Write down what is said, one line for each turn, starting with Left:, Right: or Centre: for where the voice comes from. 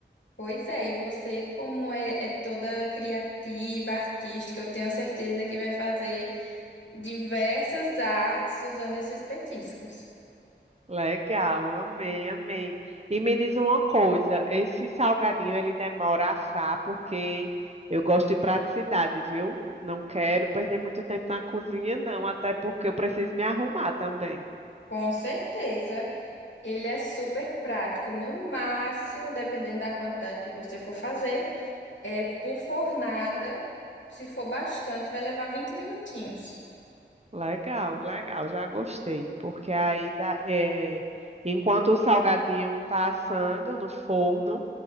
Left: Pois é, e você, como é, é toda criativa, artística, eu tenho certeza que vai fazer diversas artes usando esses petiscos.
Right: Legal, amei, amei. E me diz uma coisa, esse salgadinho ele demora a assar porque eu gosto de praticidade, viu? Não quero perder muito tempo na cozinha, não, até porque eu preciso me arrumar também.
Left: Com certeza, ele é super prático. No máximo, dependendo da quantidade que você for fazer, é por fornada. Se for bastante, vai levar 20 minutinhos.
Right: Legal, legal, já gostei, porque aí dá- é, enquanto o salgadinho tá assando no forno,